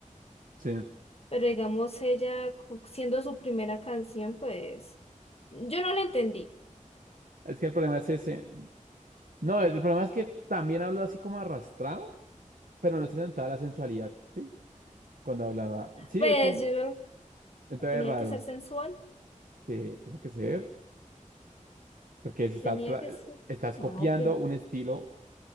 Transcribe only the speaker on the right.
sí.
Es que el problema es ese. No, el problema es que también hablo así como arrastrado, pero no se le notaba la sensualidad, ¿sí? cuando hablaba. Sí,
es como,
entonces
es raro.
Sí, tiene que ser. Porque si estás,
tra-
estás
copiando
un estilo